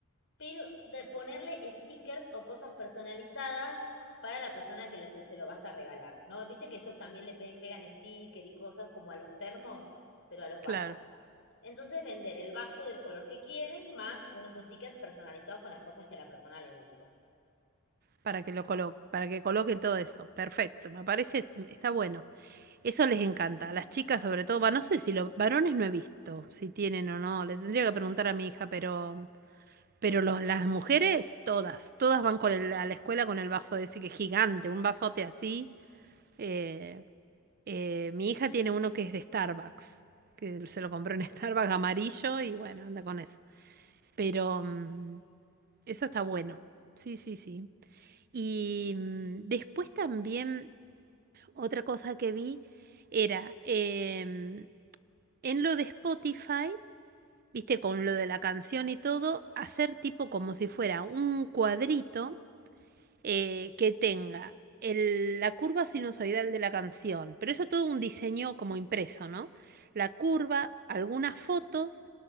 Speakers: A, on the left; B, on the right.
A: pero de ponerle stickers o cosas personalizadas para la persona que, la, que se lo vas a regalar, ¿no? Viste que ellos también le pe- pegan sticker y cosas como a los termos, pero a los
B: claro.
A: vasos. Entonces vender el vaso del color que quieren más unos stickers personalizados con las cosas que a la persona le gustan.
B: Para que lo coloque, para que coloque todo eso. Perfecto. Me parece, mm, está bueno. Eso les encanta. A las chicas sobre todo. Va, no sé si los varones no he visto, si tienen o no. Le tendría que preguntar a mi hija, pero, mm, pero los, las mujeres, todas, todas van con el- a la escuela con el vaso ese que es gigante, un vasote así. Eh, eh, mi hija tiene uno que es de Starbucks, que se lo compró en <laughs> Starbucks amarillo y bueno, anda con eso. Pero, mm, Eso está bueno. Sí, sí, sí. Y mm, después también otra cosa que vi era em, en lo de Spotify, viste, con lo de la canción y todo, hacer tipo como si fuera un cuadrito eh, que tenga el- la curva sinusoidal de la canción, pero eso todo un diseño como impreso, ¿no? La curva, algunas fotos,